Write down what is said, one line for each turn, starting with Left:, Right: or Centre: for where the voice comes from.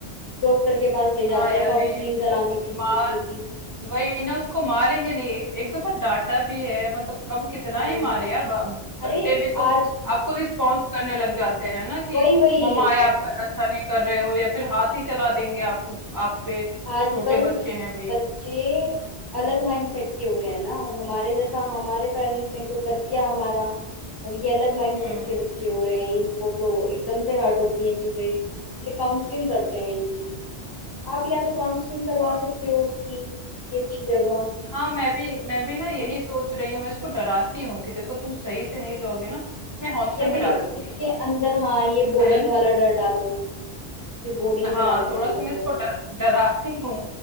Left: डॉक्टर के पास ले जाते
Right: हाँ यार
Left: हैं काउंसलिंग
Right: नहीं उसको
Left: कराने के
Right: मार
Left: लिए बच्चों की
Right: वही ना उसको मारेंगे नहीं एक, एक दो बार डांटा भी है मतलब अब कितना
Left: हाँ
Right: ही मारे यार ब-
Left: अरे
Right: बच्चे भी तो
Left: आज
Right: आपको रिस्पॉन्स करने लग जाते हैं ना कि
Left: वही वही
Right: मम्मा आए आपका अच्छा नहीं कर रहे हो या फिर हाथ ही चला देंगे आपको आप पे
Left: आजकल
Right: छोटे बच्चे हैं भाई
Left: बच्चे अलग माइंडसेट के हो रहे हैं ना हमारे जैसा हमारे पेरेंट ने तो कर दिया हमारा अब ये अलग माइंडसेट
Right: हम्म
Left: के बच्चे हो रहे हैं इनको तो एकदम से हर्ट होती हैं चीजें इसलिए काउंसलिंग करते हैं इनकी आप या तो काउंसलिंग करवा
Right: हाँ
Left: सकते हो उसकी ये अच्छी जगह
Right: हाँ मैं भी मैं भी ना यही सोच रही हूँ मैं इसको डराती हूँ कि देखो तुम सही से नहीं रहोगे ना मैं हॉस्टल
Left: या फिर
Right: में डाल दूंगी
Left: इसके अंदर हाँ ये बोर्डिंग
Right: है ना
Left: वाला डर डालो ये बोर्डिंग
Right: हाँ
Left: में डाल दूंगी
Right: थोड़ा सा
Left: तेरे
Right: मैं इसको
Left: को
Right: डर डराती हूँ